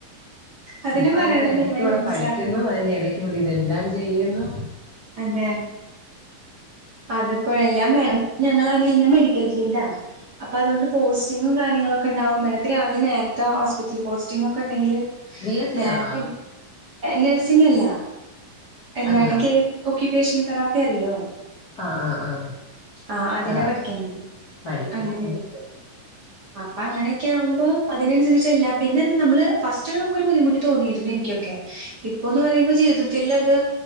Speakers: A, on the right (about 30°); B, on the left (about 35°).
A: അതിന്
B: ഇപ്പ
A: പറയണത്
B: അതിന്റെ ഇടയ്ക്ക്
A: നന്നായി
B: കൂടെ
A: മനസ്സിലാവുന്നുണ്ട്.
B: പഠിക്കുന്നു അതിന്റെ ഇടയ്ക്ക് കൂടി ഇതെല്ലാം ചെയ്യുന്നു.
A: അതെ അതകൊ എല്ലാം വേണം ഞങ്ങളെ അതിൽ ഞാൻ മെഡിക്കൽ ഫീൽഡാ അപ്പൊ അതുകൊണ്ട് പോസ്റ്റിങ്ങും കാര്യങ്ങളൊക്കെണ്ടാവുമ്പോ ഇടക്ക് രാവിലെ നേരത്തെ ഹോസ്പിറ്റലിൽ പോസ്റ്റിങ്ങോകെ ഉണ്ടെങ്കിൽ
B: ബി എസ് സി
A: ഞാനപ്പോ
B: ആണോ
A: നഴ്സിംഗല്ല എന്താണ്
B: അല്ല
A: കേ ഒക്കുപ്പേഷനൽ താറാപ്പി അറിയോ?
B: ആഹ് ആഹ് ആഹ്
A: ആഹ് അതിനാ
B: തെറാപ്പി
A: പഠിക്കണ്ട്
B: പഠിക്കുന്നു
A: അങ്ങനെയിട്ട്- അപ്പൊ അങ്ങനെയൊക്കെ ആകുമ്പോ അതിനനുസരിച്ചു ചെല്ലാം പിന്നെ നള് ഫസ്റ്റ് നമുക്ക് ഒരു ബുദ്ധിമുട്ട്- തോന്നിരുന്നു എനിക്കൊക്കെ ഇപ്പൊന്ന് പറയുമ്പോ ജീവിതത്തിൽ അത്